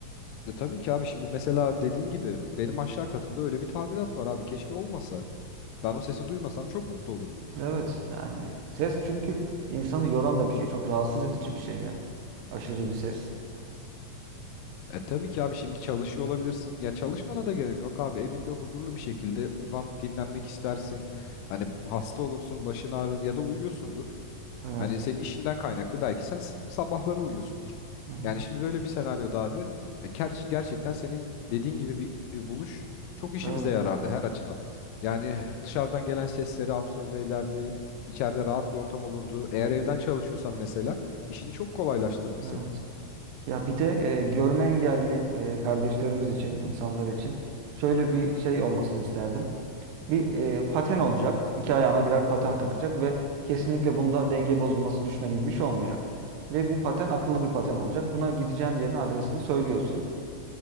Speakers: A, on the left; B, on the right.
A: E tabii ki abi şimdi mesela dediğin gibi benim aşağı katımda öyle bir tadilat var abi keşke olmasa. Ben o sesi duymasam çok mutlu olurum.
B: Evet yani ses çünkü insanı yoran da bir şey. Çok rahatsız edici bir şey ya. Aşırı bir ses.
A: E tabii ki abi şimdi çalışıyor olabilirsin. Ya çalışmana da gerek yok abi. Evinde huzurlu bir şekilde uzanıp dinlenmek istersin. Hani hasta olursun, başın ağrır ya da uyuyorsundur.
B: Evet.
A: Hani senin işinden kaynaklı belki sen s- sabahları uyuyorsundur.
B: Hı hı.
A: Yani şimdi böyle bir senaryoda abi e, ger- gerçekten senin dediğin gibi bir e, buluş çok işimize
B: Evet.
A: yarardı her açıdan. Yani dışarıdan gelen sesleri absorbe ederdi. İçeride rahat bir ortam olurdu. Eğer evden çalışıyorsan mesela işini çok kolaylaştırdı senin.
B: Evet. Ya bir de e, görme engelli e, kardeşlerimiz için, insanlar için şöyle bir şey olmasını isterdim. Bir e, paten olacak. İki ayağına birer paten takacak ve kesinlikle bunda denge bozulması, düşme gibi bir şey olmayacak. Ve bu paten akıllı bir paten olacak. Buna gideceğin yerin adresini söylüyorsun